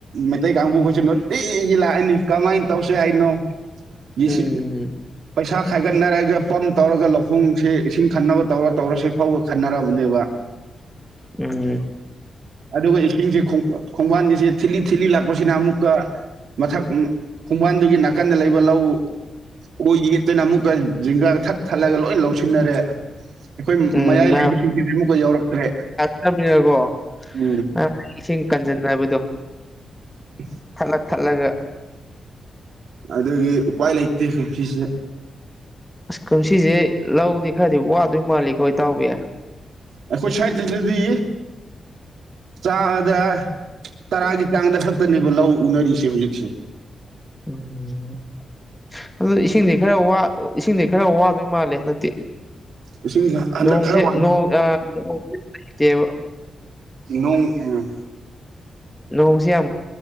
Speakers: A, on the right; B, in the centre.
A: ꯃꯩꯇꯩ ꯀꯥꯡꯕꯨꯈꯣꯢꯁꯨ ꯅꯨꯇꯤꯒꯤ ꯂꯥꯛꯑꯅꯤ ꯀꯃꯥꯏꯟ ꯇꯧꯁꯦ ꯍꯥꯏꯅꯣ꯫ ꯗꯤꯁꯤ
B: ꯎꯝ
A: ꯄꯩꯁꯥ ꯈꯥꯏꯒꯠꯅꯔꯒ ꯄꯝ ꯇꯧꯔꯒ ꯂꯧꯈꯣꯡꯁꯦ ꯏꯁꯤꯡ ꯈꯟꯅꯕ ꯇꯧꯔ ꯇꯧꯔꯁꯤ ꯐꯥꯎꯕ ꯈꯟꯅꯔꯕꯅꯦꯕ꯫
B: ꯎꯝ꯫
A: ꯑꯗꯨꯒ ꯏꯁꯤꯡꯁꯦ ꯈꯣꯡ ꯈꯣꯡꯕꯥꯟꯒꯤꯁꯦ ꯊꯤꯠꯂꯤ ꯊꯤꯠꯂꯤ ꯂꯥꯛꯄꯁꯤꯅ ꯑꯃꯨꯛꯀ ꯃꯊꯛ ꯎꯝ ꯈꯣꯡꯕꯥꯟꯗꯨꯒꯤ ꯅꯥꯀꯟꯗ ꯂꯩꯕ ꯂꯧ ꯑꯣꯏ ꯌꯦꯠꯇꯅ ꯑꯃꯨꯛꯀ ꯖꯤꯡꯒꯥ ꯊꯠ ꯊꯠꯂꯒ ꯂꯣꯏ ꯂꯧꯁꯤꯟꯅꯔꯦ꯫ ꯑꯩꯈꯣꯏ
B: ꯎꯝ
A: ꯃꯌꯥꯏ
B: ꯃꯌꯥꯝ
A: ꯂꯩꯕꯁꯤꯡꯁꯤꯗꯤ ꯑꯃꯨꯛꯀ ꯌꯧꯎꯔꯛꯇ꯭ꯔꯦ꯫
B: <unintelligible>
A: ꯎꯝ꯫
B: ꯑ ꯏꯁꯤꯡ ꯀꯟꯖꯟꯅꯕꯗꯣ
A: <unintelligible>
B: ꯊꯠꯂ ꯊꯠꯂꯒ
A: ꯑꯗꯨꯒꯤ ꯎꯄꯥꯏ ꯂꯩꯇꯦ ꯀꯨꯝꯁꯤꯁꯦ
B: ꯑꯁ ꯀꯨꯝꯁꯤꯁꯦ ꯂꯧꯗꯤ ꯈꯔꯗꯤ ꯋꯥꯗꯣꯏ ꯃꯥꯜꯂꯤꯀ‌ꯣ ꯏꯇꯥꯎꯕꯤ꯫
A: ꯑꯩꯈꯣꯏ ꯁ꯭ꯋꯥꯏꯇꯗꯗꯤ ꯆꯥꯗ ꯇꯔꯥꯒꯤ ꯆꯥꯡꯗ ꯈꯛꯇꯅꯦꯕ ꯂꯧ ꯎꯅꯔꯤꯁꯦ ꯍꯧꯖꯤꯛꯁꯦ꯫
B: ꯎꯝ ꯑꯗꯨ ꯏꯁꯤꯡꯗꯤ ꯈꯔ ꯋꯥ ꯏꯁꯤꯡꯗꯤ ꯈꯔ ꯋꯥꯗꯣꯏ ꯃꯥꯜꯂꯦ ꯍꯟꯗꯛꯇꯤ꯫
A: ꯏꯁꯤꯡꯁꯦ ꯍꯟꯗꯛ
B: ꯅꯣꯡꯁꯦ
A: ꯈꯔ ꯋꯥ <unintelligible>
B: ꯅꯣꯡ ꯑꯥ ꯅꯣꯡ ꯂꯩꯇꯦꯕ
A: ꯅꯣꯡ ꯑꯨꯡ
B: ꯅꯣꯡꯁꯤ ꯌꯥꯝ